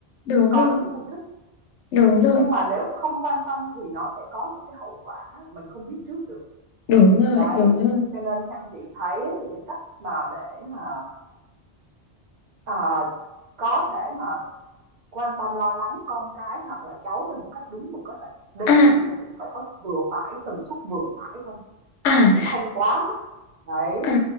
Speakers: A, on the left; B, on the right.
A: đúng
B: con
A: rồi
B: cũng không thích,
A: đúng rồi
B: nhưng mà nếu mà không quan tâm thì nó sẽ có những cái hậu quả mình không biết trước được.
A: đúng rồi
B: Đấy,
A: đúng rồi
B: cho nên theo chị thấy thì cái cách mà để mà, ờ, có thể mà quan tâm lo lắng con cái hoặc là cháu mình một cách đúng mực á là nên
A: à
B: cái gì nó cũng phải có vừa phải, tần suất vừa phải thôi,
A: à
B: cũng không quá mức. Đấy.
A: À,